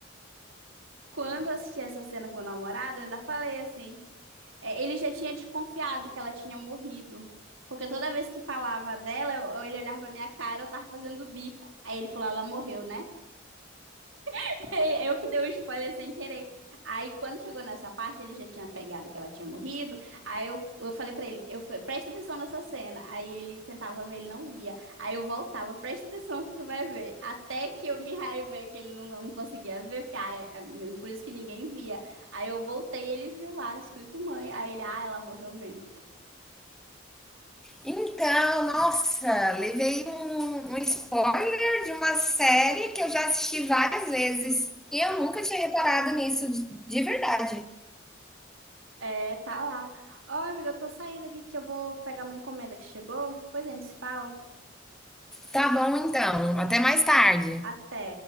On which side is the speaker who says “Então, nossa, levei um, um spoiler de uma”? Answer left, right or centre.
Centre